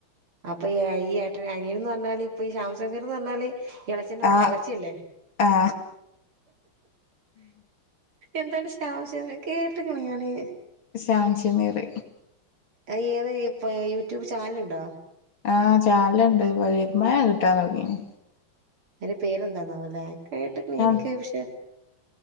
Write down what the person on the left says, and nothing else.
ആ
ആ
<unintelligible>
ആഹ് ചാനലുണ്ട് വരുമാനം കിട്ടാൻ തൊടങ്ങീനു.
ശാം